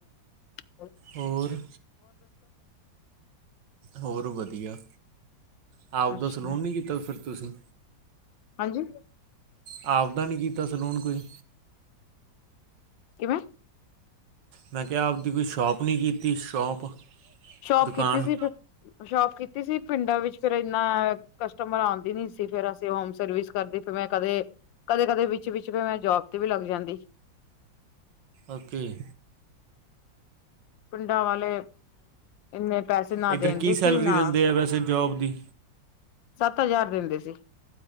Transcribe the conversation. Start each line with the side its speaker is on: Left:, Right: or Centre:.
Left: <unintelligible>
Right: ਹੋਰ- ਹੋਰ ਵਧੀਆ। ਆਪਦਾ
Left: ਅੱਛਾ
Right: ਸਲੂਨ ਨਹੀਂ ਕੀਤਾ? ਫਿਰ ਤੁਸੀਂ
Left: ਹਾਂਜੀ
Right: ਆਪਦਾ ਨਹੀਂ ਕੀਤਾ ਸਲੂਨ ਕੋਈ।
Left: ਕਿਵੇਂ?
Right: ਮੈਂ ਕਿਹਾ ਆਪਦੀ ਕੋਈ, ਸ਼ੋਪ ਨਹੀਂ ਕੀਤੀ ਸ਼ੋਪ?
Left: ਸ਼ੋਪ
Right: ਦੁਕਾਨ।
Left: ਕੀਤੀ ਸੀ ਸ਼ੋਪ ਕੀਤੀ ਸੀ। ਪਿੰਡਾਂ ਵਿੱਚ ਫਿਰ ਇਨਾ ਕਸਟਮਰ ਆਉਂਦੀ ਨੀ ਸੀ। ਫਿਰ ਅਸੀਂ ਹੋਮ ਸਰਵਿਸ ਕਰਦੀ ਫ, ਮੈਂ ਕਦੇ-ਕਦੇ ਕਦੇ ਵਿੱਚ-ਵਿਚ ਮੈਂ ਜੋਬ ਤੇ ਵੀ ਲੱਗ ਜਾਂਦੀ।
Right: ਓਕੇੇ
Left: ਪਿੰਡਾਂ ਵਲ ਇਨੇ ਪੈਸੇ ਨਾ
Right: ਇੱਧਰ
Left: ਦਿੰਦੇ
Right: ਕੀ ਸੈਲਰੀ
Left: ਸੀ, ਨਾ
Right: ਦਿੰਦੇ ਆ ਵੈਸੇ ਜੋਬ ਦੀ
Left: ਸੱਤ ਹਜ਼ਾਰ ਦਿੰਦੇ ਸੀ।